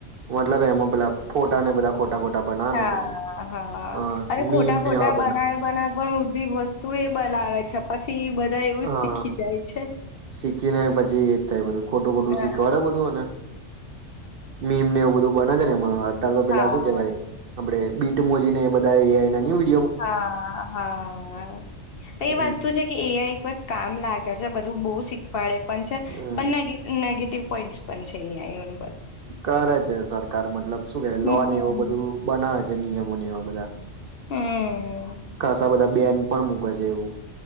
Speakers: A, on the right; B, on the left.
A: મતલબ એમાં પેલા ફોટાને બધા ખોટા ખોટા બનાવે
B: હાઅ
A: ને પછી
B: હઅ.
A: હા
B: અરે
A: મીમ
B: ખોટા
A: ને
B: ખોટા
A: એવા
B: બનાવે બનાવે પણ ઉધી વસ્તુ એ બનાવે છે. પછી બ ધા એવું
A: હા
B: જ શીખી જાય છે.
A: શીખીને પછી એ જ થાય બધું. ખોટું ખોટું
B: હા
A: શીખવાડે બધું અને મીન ને એવું બધું બને છે ને <unintelligible> અ તો પેલા
B: હા
A: શું કેવાય આપડે બીટ મોજી ને એ બધા એ આય ના ની હોય
B: હા હા એ
A: હમ
B: વસ્તુ છે કે એ આય પણ કામ લાગે છે બધું બો શીખ શીખવાડે પણ છે
A: હમ
B: પણ નેગેટિવ નેગેટિવ પોઈન્ટસ પણ છે. એ આય એવું
A: કરે છે સર સરકાર મતલબ શું કે
B: હમ
A: લોન એવું બધું બનાવે છે. નિયમો ને એવા બધા
B: હમ
A: કસા બધા બેન પણ મૂકે છે એવું